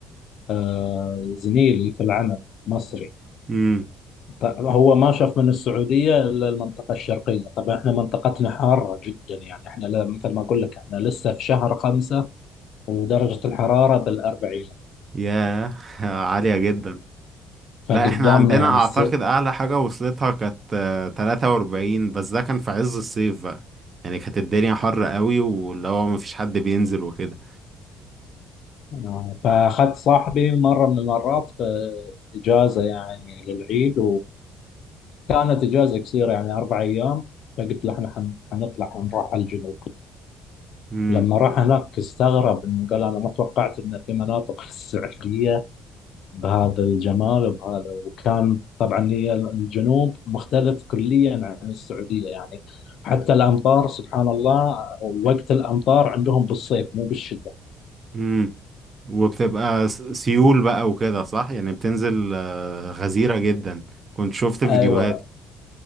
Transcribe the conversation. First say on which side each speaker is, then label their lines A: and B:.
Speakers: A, on the left; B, on the right.
A: آه، زميلي في العمل مصري
B: امم
A: ط- هو ما شاف من السعودية إلا المنطقة الشرقية طبعا احنا منطقتنا حارة جدا يعني احنا لا- مثل ما أقول لك احنا لسه في شهر خمسة ودرجة الحرارة بالأربعين
B: ياه <laughs> عالية جدا
A: فقدامنا
B: لا احنا عندنا
A: يعني
B: اعتقد
A: السبت
B: اعلى حاجة وصلتها كانت آه، 43 بس ده كان في عز الصيف بقى يعني كانت الدنيا حر قوي واللي هو مفيش حد بينزل وكده
A: أنا- فأخذت صاحبي مرة من المرات في إجازة يعني للعيد وكانت إجازة قصيرة يعني أربع أيام فقلت له إحنا حن- حنطلع حنروح على الجنوب
B: امم
A: لما راح هناك استغرب إنه قال أنا ما توقعت إن في مناطق <laughs> ساحلية بهذا الجمال وبهذا وكان طبعا هي الجنوب مختلف كليا عن السعودية يعني حتى الأمطار سبحان الله وقت الأمطار عندهم بالصيف مو بالشتاء
B: امم وبتبقى س- سيول بقى وكده صح يعني بتنزل آه، غزيرة جدا كنت شفت فيديوهات
A: أيوة.